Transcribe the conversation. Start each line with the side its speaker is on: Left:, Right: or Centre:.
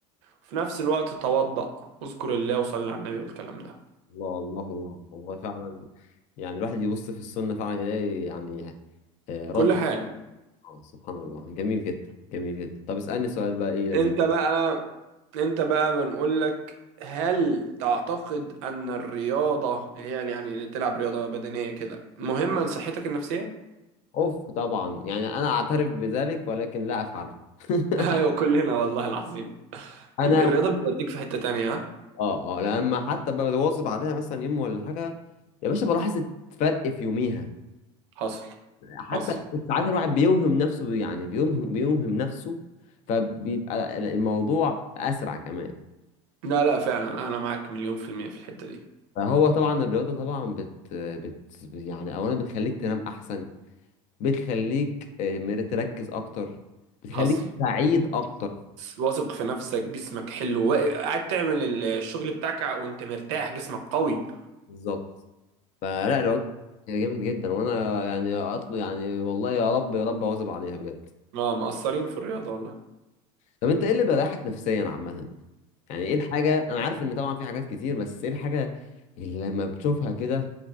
Right: في نفس الوقت توضأ اذكر الله وصلي على النبي والكلام ده
Left: الله الله الله والله فعلا يعني الواحد يبص في السنة فعلا يلاقي يعني آه، رد
Right: كل حاجة
Left: آه، سبحان الله جميل جدا جميل جدا طب اسألني سؤال بقى ايه لذيذ
Right: انت بقى انت بقى بنقول لك هل تعتقد ان الرياضة هي يعني اللي تلعب رياضة بدنية كده مهمة لصحتك النفسية؟
Left: اوف طبعا يعني انا اعترف بذلك ولكن لا افعله <laughs>
Right: <laughs> ايوه كلنا والله العظيم
Left: انا
Right: كل الرياضة بتوديك في حتة تانية ها؟
Left: اه اه لما حتى بواظب عليها مثلا يوم ولا حاجه يا باشا بلاحظ الفرق في يوميها
Right: حصل
Left: حتى
Right: حصل
Left: ساعات الواحد بيوهم نفسه يعني بيوهم بيوهم نفسه فبيبقى الموضوع اسرع كمان
Right: لا لا فعلا انا معاك مليون في المية في الحتة دي
Left: فهو طبعا الرياضه طبعا بت, بت يعني اولا بتخليك تنام احسن بتخليك آه، مر- تركز اكتر بتخليك
Right: حصل
Left: سعيد اكتر
Right: واثق في نفسك جسمك حلو وا- قاعد تعمل الشغل بتاعك وانت مرتاح جسمك قوي
Left: بالظبط فلا الرياضه جامد جدا وانا يعني اطلب يعني والله يا رب يا رب اواظب عليها بجد
Right: اه مقصرين في الرياضة والله
Left: طب انت ايه اللي بيريحك نفسيا عامة؟ يعني ايه الحاجة انا عارف ان طبعا في حاجات كتير بس ايه الحاجة اللي لما بتشوفها كده